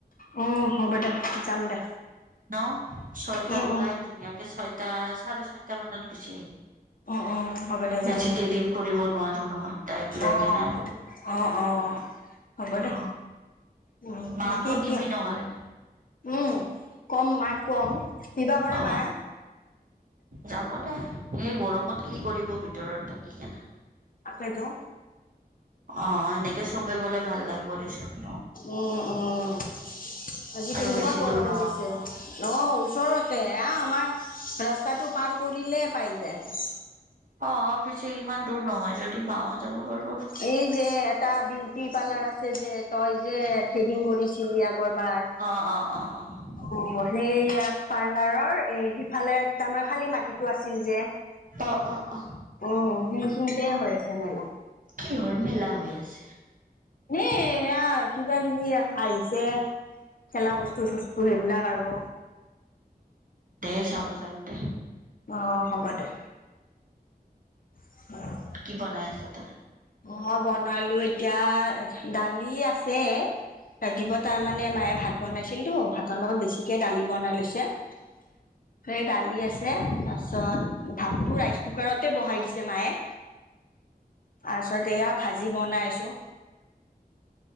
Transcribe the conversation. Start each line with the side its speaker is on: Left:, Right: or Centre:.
Left: উম হ'ব দে, যাম দে।
Right: ন ছয়টাত
Left: উম
Right: ওলাই
Left: উম
Right: ধুনীয়াকে ছয়টা, চাৰে ছয়টা মানত গুচি আহিম।
Left: উম উম হ'ব দে যাম
Right: বেছি
Left: দে
Right: দেৰি কৰিব নোৱাৰো নহয়, তাইক লৈ
Left: অ
Right: কেনে আৰু।
Left: অ অ, হ'ব দে,
Right: অ
Left: উ
Right: মাকো
Left: বাকী
Right: নিবি
Left: কিয়
Right: নহ'লে
Left: উম, কম মাক কম। কিবা কৰে
Right: অ
Left: মায়ে!
Right: যাব দে। এই গৰমত কি কৰিব ভিতৰত থাকি কেনে!
Left: তাকেইটো
Right: অ, সেনেকে চবে গ'লে ভাল লাগব দেছোন।
Left: উম উম আজি কেনেকুৱা
Right: আৰু বেছি
Left: গৰম
Right: দূৰ নহয়।
Left: দিছে অ ওচৰতে, আহ আমাৰ ৰাস্তাটো পাৰ কৰিলে পাই যায়।
Right: অ। পিছে ইমান দূৰ নহয় যদি মাও যাবা পাৰব।
Left: এই যে এটা বিউটি পাৰ্লাৰ আছে যে, তই যে থ্ৰেডিং কৰিছিলি আগৰবাৰ
Right: অ, অ, অ।
Left: অ সেইয়া পাৰ্লাৰৰ এ সিফালে তাৰমানে খালী মাটিতো আছিল যে,
Right: অ অ অ অ
Left: অ সেইখিনতে হৈ আছে মে।
Right: কিহৰ মেলা হৈ আছে?
Left: এ এয়া কিবা কিবি আহিছে। খেলা বস্তু চস্তু সেইবিলাক আৰু।
Right: দেই চাব যাম দে।
Left: অ', হ'ব দে। উম।
Right: কি বনাই আছ তই?
Left: মই বনালো এতিয়া দালি আছে। ৰাতিপুৱা তাৰ মানে মায়ে ভাত বনাইছিলতো ভাতৰ লগত বেছিকে দালি বনাই লৈছে। স দালি আছে তাৰ পিছত ভাতটো ৰাইচ কুকাৰতে বহাই দিছে মায়ে। তাৰ পিছত এয়া ভাজি বনাইছো।